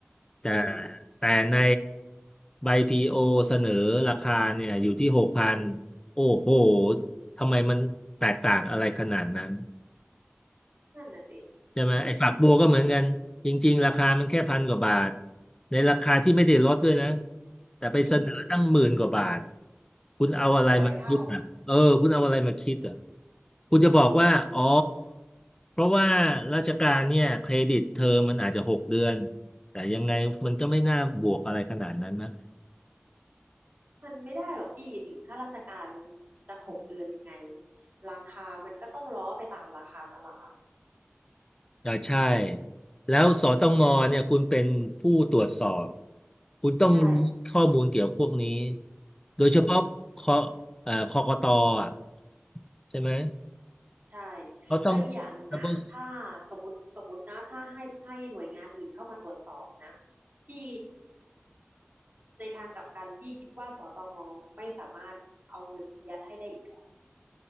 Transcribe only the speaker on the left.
แต่
แต่ในใบพีโอเสนอราคาเนี่ยอยู่ที่หกพันโอ้โห ทำไมมันแตกต่างอะไรขนาดนั้น
ใช่ไหมไอ้ฝักบัวก็เหมือนกันจริงๆราคามันแค่พันกว่าบาท
ในราคาที่ไม่ได้ลดด้วยนะแต่ไปเสนอตั้งหมื่นกว่าบาท
คุณเอาอะไรมาคิดอ่ะเออคุณเอาอะไรมาคิดอ่ะ
คุณจะบอกว่าอ๋อเพราะว่าราชการเนี่ยเครดิตเทอมมันอาจจะหกเดือนแต่ยังไงมันก็ไม่น่าบวกอะไรขนาดนั้นนะ
อ่าใช่แล้วสตงเนี่ยคุณเป็นผู้ตรวจสอบคุณต้องรู้ข้อมูลเกี่ยวพวกนี้
โดยเฉพาะคอ
เอ่อคกตอ่ะใช่ไหม
เขาต้อง
double